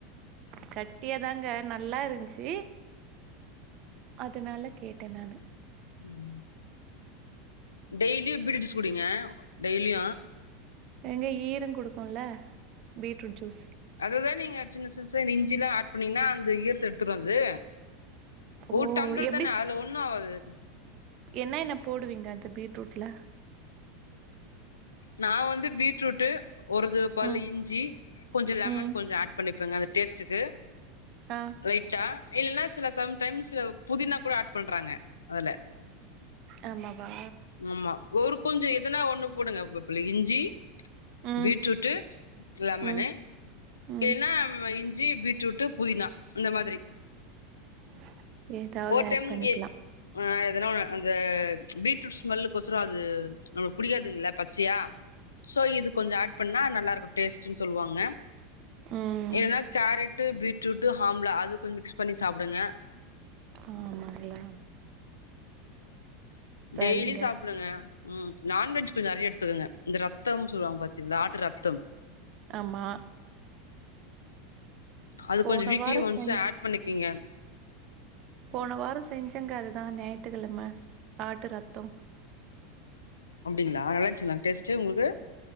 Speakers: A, on the right; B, on the left.
A: கட்டியாதாங்க நல்லா இருந்ச்சு அதனால கேட்டே நான்
B: உம் டெய்லியு பீட்ரூட் ஜூஸ் குடிங்க டெய்லியு
A: எங்க ஈர கொடுக்குல்ல பீட்ரூட் ஜூஸ்
B: அதுதா நீங்க சின்ன சின்ன ச இந்த இஞ்சி எல்லா ஆட் பண்ணீங்கன்னா அந்த ஈரத்தை எடுத்துரும்து ஒரு
A: ஓ!
B: தம்பளர்
A: எப்படி
B: தான அதுல ஒண்ணு ஆகாது
A: என்ன என்ன போடுவீங்க அந்த பீட்ரூட்ல
B: நா வந்து பீட்ரூட் ஒருது ப்பல
A: ம்,
B: இஞ்சி கொஞ்ச லெமன்
A: ம்.
B: கொஞ்ச ஆட் பண்ணிப்பங்க அந்த டேஸ்டுக்கு
A: ஆ,
B: லைட்டா இல்லன்னா சில சம் டைம்ஸ் புதினா கூட ஆட் பண்றாங்க அதுல
A: ஆமாவா
B: ஆமா ஒரு கொஞ்ச எதனா ஒண்ணு போடுங்கப்பள்ள இஞ்சி
A: ம்,
B: பீட்ரூட்டு் லமன்னு
A: ம், ம்.
B: இல்லன்னா இஞ்சி பீட்ரூட் புதினா இந்த மாதிரி
A: <unintelligible>
B: ஒரு
A: ஆட்
B: டைம்
A: பண்ணிக்கலா
B: இ அ எதனா ஒண்ணு அந்த பீட்ரூட் ஸ்மெல்லுக்குசர அது நம்மளுக்கு புடிக்காதுல்ல பச்சையா சோ இது கொஞ்ச ஆட் பண்ணா நல்லா இருக்கும் டெஸ்ட்ன்னு சொல்லுவாங்க
A: ம்
B: என்னன்னா கேரட்டு பீட்ரூட் ஆஹம்லா அதுக்கு கொஞ்ச மிக்ஸ் பண்ணி சாப்புடுங்க
A: ஆமாங்களா சரிங்க
B: டெய்லி சாப்புடுங்க உம் நான்வெஜ் கொஞ்ச நெறைய எத்துக்கங்க இந்த ரத்தம்னு சொல்லுவாங்க பாத்தீங்களா ஆட்டு ரத்தம்
A: ஆமா
B: அது
A: போன
B: கொஞ்ச வீக்லி
A: வாரோ
B: ஒன்ஸ்
A: செஞ்
B: ஆட் பண்ணிக்கீங்க
A: போன வார செஞ்சங்க அதுதா ஞாயிற்த்துக்கிழம ஆட்டு ரத்தம்
B: அப்டிங்களா நல்லா இருச்சுங்கலா டேஸ்ட் உங்களுக்கு